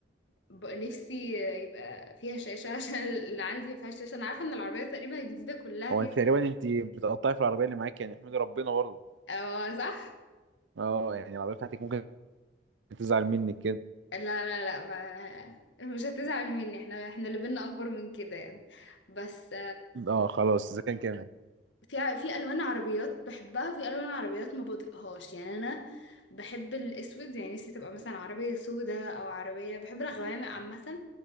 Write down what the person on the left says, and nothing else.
ب- نفسي آه، يبقى فيها شاشة <laughs> عشان اللي عندي ما فيهاش شاشة أنا عارفة إن العربية تقريبا الجديدة كلها
فيها
شاشة
اه صح؟
لا لا لا ما مش هتزعل مني احنا احنا اللي بينا أكبر من كده يعني بس
في في الوان عربيات بحبها في الوان عربيات ما بطيقهاش يعني انا بحب الاسود يعني نفسي تبقى مثلا عربيه سودة او عربيه بحب الغوامق عامه